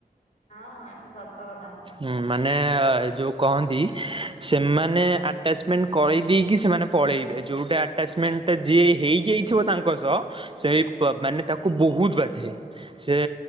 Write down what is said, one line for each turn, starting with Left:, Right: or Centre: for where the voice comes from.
Left: ହଁ ଏଟା ସତ କଥା।
Right: ହୁଁ ମାନେ ଯୋଉ କହନ୍ତି ସେମାନେ ଆଟାଚମେଣ୍ଟ କହି ଦେଇକି ସେମାନେ ପଳେଇବେ ଯୋଉଟା। ଆଟାଚମେଣ୍ଟ ଟା ଯିଏ ହେଇଯାଇଥିବ ତାଙ୍କ ସହ ସେଇ ମାନେ ତାକୁ ବହୁତ ବାଧେ। ସେ